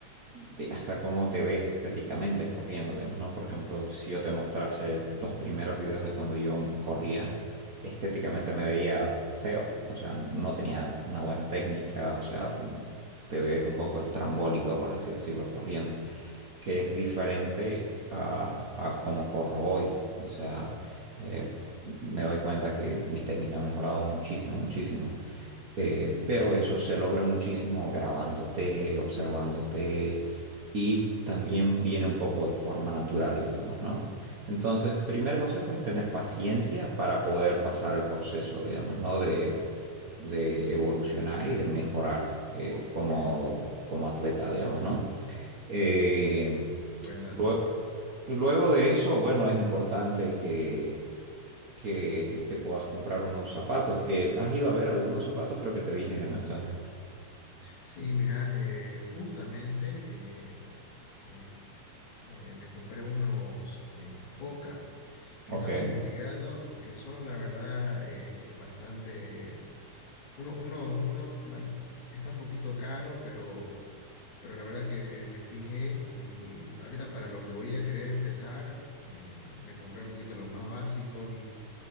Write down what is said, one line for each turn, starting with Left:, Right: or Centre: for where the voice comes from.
Right: de hasta cómo te ves estéticamente corriendo, digamos, ¿no? Por ejemplo, si yo te mostrase los primeros videos de cuando yo corría, estéticamente me veía feo, o sea, no tenía una buena técnica, o sea, te ves un poco estrambólico, por así decirlo, corriendo, que es diferente a, a cómo corro hoy, o sea, eh, me doy cuenta que mi técnica ha mejorado muchísimo, muchísimo. Eh, pero eso se logra muchísimo grabándote, observándote y también viene un poco de forma natural, digamos, ¿no? Entonces, primer consejo es tener paciencia para poder pasar el proceso, digamos, ¿no? De, de evolucionar y de mejorar eh, como, como atleta, digamos, ¿no? Eh,
Left: Buen dato.
Right: luego, luego de eso, bueno, es importante que que te puedas comprar unos zapatos. Eh, ¿has ido a ver algunos zapatos? Creo que te dije en el mensaje.
Left: Sí, mira, eh, justamente eh, eh, eh, me compré unos eh, Hoka que
Right: Ok,
Left: estaba investigando, que son la verdad eh, bastante Uno, uno, uno, bueno, está un poquito caro, pero, pero la verdad que me fijé y ahorita para lo que voy a querer empezar, eh, me compré un poquito los más básicos y